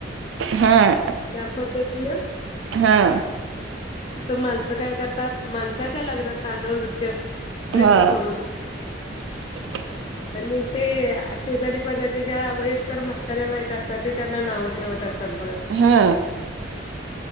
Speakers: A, on the right; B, on the left.
A: हा
B: त्या पद्धतीन
A: हा
B: तिथं माणसं काय करतात, माणसाच्या लग्नात तांडव नृत्य ड्रिंक
A: हा
B: करून
A: हा <inaudible>
B: आणि ते शेजारीपाजारचे ज्या वयस्कर म्हाताऱ्या बायका असतात, ते त्यांना नाव ठेवत असतात बघा.
A: हा.